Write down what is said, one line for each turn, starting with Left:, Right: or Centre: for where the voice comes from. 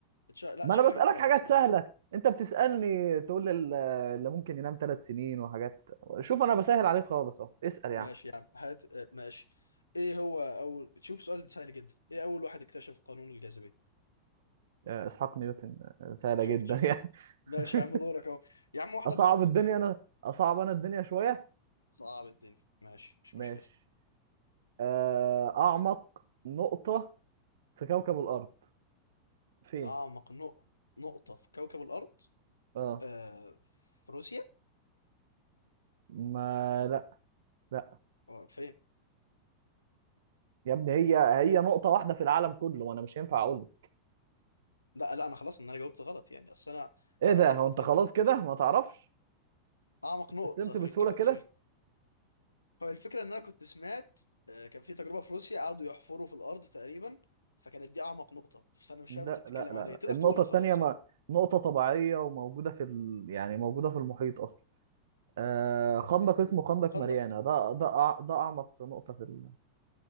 Left: اتش- لا
Right: ما
Left: شكلك
Right: انا بسألك
Left: انت اللي
Right: حاجات
Left: هتخسر
Right: سهلة
Left: المره دي
Right: انت بتسألني تقول لي ال- اللي ممكن ينام ثلاث سنين وحاجات شوف انا بسهل عليك خالص اهو اسأل يعني
Left: ماشي يا عم هات آه، ماشي ايه هو اول شوف سؤال سهل جدا ايه اول واحد اكتشف قانون الجاذبيه
Right: آه، اسحاق نيوتن آه، سهلة
Left: شفت
Right: جدا
Left: شوف
Right: يعني
Left: ماشي
Right: <laughs>
Left: يا عم دورك اهو يا عم واحده
Right: اصعب
Left: بواحده
Right: الدنيا
Left: <laughs>
Right: انا اصعب انا الدنيا شوية
Left: صعب الدنيا ماشي مش
Right: ماشي
Left: مشكله
Right: آه، اعمق نقطة في كوكب الارض فين
Left: اعمق نق... نقطه في كوكب الارض
Right: اه
Left: آه في روسيا
Right: ما لا لا
Left: آه فين
Right: يا ابني هي هي نقطة واحدة في العالم كله وانا مش هينفع اقول
Left: لا لا انا خلاص ان انا جاوبت غلط يعني اصل انا
Right: ايه
Left: على
Right: ده
Left: ما اعتقد
Right: هو انت
Left: كان
Right: خلاص
Left: في
Right: كده ما تعرفش
Left: اعمق
Right: استسلمت
Left: نقطه في
Right: بسهولة
Left: الك...
Right: كده
Left: في هو الفكرة إن أنا كنت سمعت آه، كان في تجربة في روسيا قعدوا يحفروا في الأرض تقريبا فكانت دي أعمق نقطة فأنا مش
Right: لا
Left: فاهم أنت بتتكلم
Right: لا لا لا
Left: على إيه تقدر
Right: النقطة
Left: تقولها
Right: التانية
Left: خلاص
Right: ما
Left: يعني
Right: نقطة طبيعية وموجودة في ال... يعني موجودة في المحيط أصلا آه خندق
Left: أو
Right: اسمه خندق
Left: خندق
Right: ماريانا ده ده أع- ده أعمق نقطة في ال...